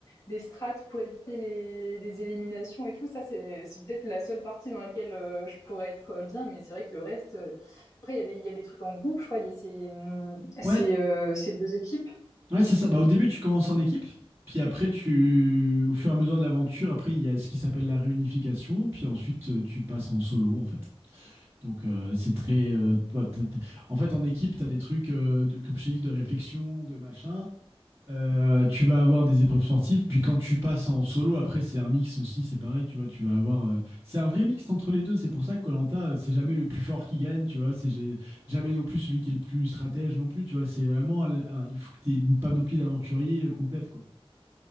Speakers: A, on the left; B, on the right.
A: des strates pour éviter les, les éliminations et tout. Ça, c'est, c'est peut-être la seule partie dans laquelle euh, je pourrais être euh, bien, mais c'est vrai que le reste. euh, Après, il y a des, il y a des trucs en groupe, je crois, il y a ces, hum, ces,
B: Ouais,
A: euh, ces deux équipes.
B: Ouais, c'est ça. Bah, au début, tu commences en équipe, puis après, tu, au fur et à mesure de l'aventure, après, il y a ce qui s'appelle la réunification, puis ensuite, euh, tu passes en solo, en fait. Donc, euh, c'est très. euh, toi, t'es- t'es- En fait, en équipe, tu as des trucs, euh, de- comme je t'ai dit, de réflexion, de machin. Euh, tu vas avoir des épreuves sportives, puis quand tu passes en solo, après c'est un mix aussi, c'est pareil, tu vois, tu vas avoir, euh, c'est un vrai mix entre les deux, c'est pour ça que koh c'est jamais le plus fort qui gagne, tu vois, c'est ja- jamais non plus celui qui est le plus stratège non plus, tu vois, c'est vraiment, un- un- il faut que tu aies une panoplie d'aventuriers euh, complète, quoi.